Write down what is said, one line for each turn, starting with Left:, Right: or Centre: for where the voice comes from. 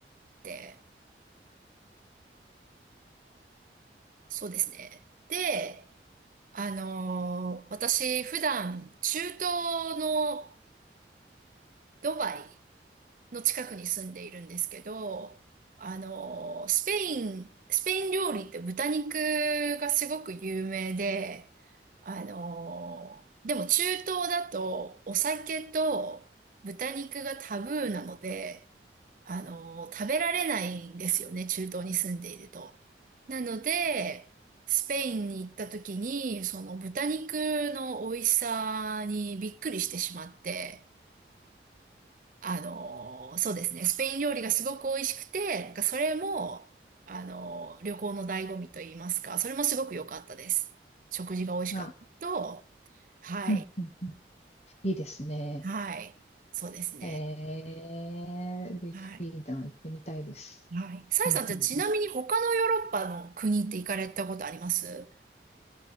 Right: て、そうですね。で、あのー私普段中東のドバイの近くに住んでいるんですけど、あの、スペイン、スペイン料理って豚肉がすごく有名で、あの、でも中東だとお酒と豚肉がタブーなので、あの、食べられないんですよね、中東に住んでいると。なので、スペインに行った時に、その豚肉の美味しさにびっくりしてしまって、あのーそうですね、スペイン料理がすごく美味しくて、なんかそれも、あのー旅行の醍醐味と言いますか、それもすごく良かったです。食事が美味しかったと、
Left: ん。あ、
Right: はい、
Left: うんうんうん。いいですね。
Right: はい、そうですね。
Left: ええ、嬉しいな。
Right: はい、
Left: 行ってみたいです。
Right: はい。さえさん、
Left: うんうんうん。
Right: じゃあちなみに他のヨーロッパの国って行かれたことあります